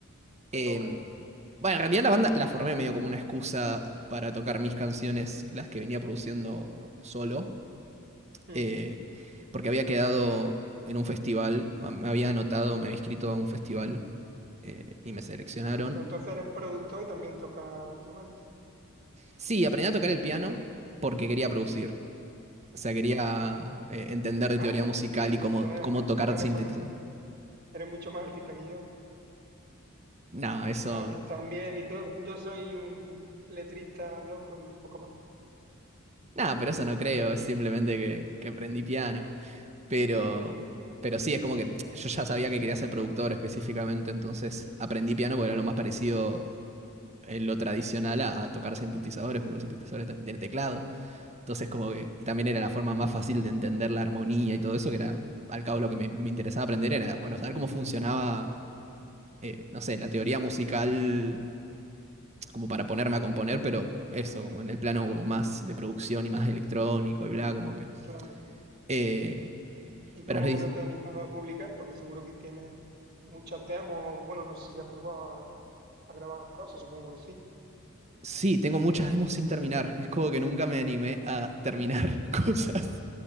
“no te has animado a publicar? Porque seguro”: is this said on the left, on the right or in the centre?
Right